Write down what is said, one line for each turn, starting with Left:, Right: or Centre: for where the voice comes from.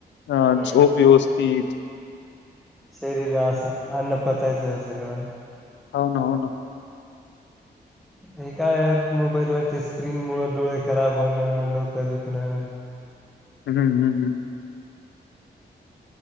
Left: ह
Centre: हम्म.
Left: झोप योवस्ती.
Centre: शरीरा असं अन्न पचायचं सगळं.
Left: होन होन.
Centre: हे काय मोबाईलवरचे स्क्रीन मुळं डोळे खराब होणं डोकं दुखणं.
Left: हम् हम हम हम.